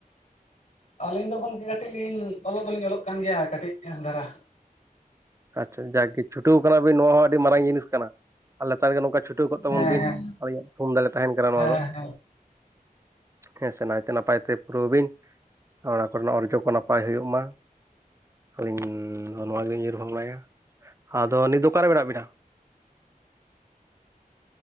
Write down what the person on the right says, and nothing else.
ᱟᱪᱪᱷᱟ ᱡᱟᱠᱜᱮ ᱪᱷᱩᱴᱟᱹᱣ ᱠᱟᱱᱟ ᱵᱤᱱ ᱱᱚᱣᱟ ᱦᱚᱸ ᱟᱹᱰᱤ ᱢᱟᱨᱟᱝ ᱡᱤᱱᱤᱥ ᱠᱟᱱᱟ᱾ ᱟᱨ ᱞᱟᱛᱟᱨ ᱨᱮᱜᱮ ᱱᱚᱝᱠᱟ ᱪᱷᱩᱴᱟᱹᱣ ᱠᱚᱜ ᱛᱟᱵᱚᱱ
ᱵᱤᱱ,
ᱟᱞᱮᱭᱟᱜ ᱛᱷᱩᱢᱫᱟᱞᱮ ᱛᱟᱦᱮᱱ ᱠᱟᱱᱟ ᱱᱚᱣᱟ
ᱫᱚ᱾
ᱦᱮᱸ ᱥᱮ ᱱᱟᱭᱛᱮ ᱱᱟᱯᱟᱭ ᱛᱮ ᱯᱩᱨᱟᱹᱣ ᱵᱤᱱ, ᱚᱱᱟ ᱠᱚᱨᱮᱱᱟᱜ ᱚᱨᱡᱚ ᱠᱚ ᱱᱟᱯᱟᱭ ᱦᱩᱭᱩᱜ ᱢᱟ᱾ ᱟᱹᱞᱤᱧ ᱱᱚᱣᱟ ᱜᱮᱞᱤᱧ ᱩᱦᱟᱹᱨ ᱵᱷᱷᱟᱵᱽᱱᱟᱭᱟ, ᱟᱫᱚ ᱱᱤᱛ ᱫᱚ ᱚᱠᱟᱨᱮ ᱢᱮᱱᱟᱜ ᱵᱮᱱᱟ?